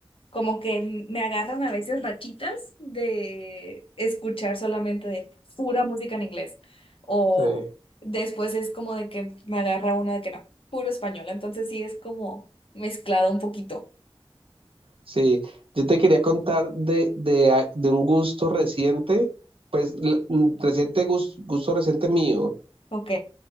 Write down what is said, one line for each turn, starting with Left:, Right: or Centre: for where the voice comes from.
Left: como que me agarran a veces rachitas de escuchar solamente de pura música en inglés. O
Right: Sí.
Left: después es como de que me agarra una de que no, puro español. Entonces sí es como mezclado un poquito.
Right: Sí, yo te quería contar de, de, a- de un gusto reciente, pues l- un reciente gus- gusto, reciente mío.
Left: Ok.